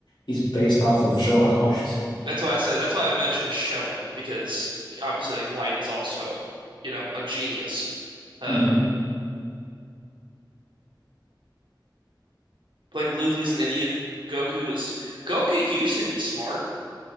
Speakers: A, on the left (about 75°); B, on the right (about 85°).
A: He's based off of Sherlock Holmes.
B: That's why I said that's why I mentioned shonen because obviously like Light is also, you know, a genius. Uh
A: Mm-hmm.
B: like Luffy's an idiot. Goku is Goku used to be smart.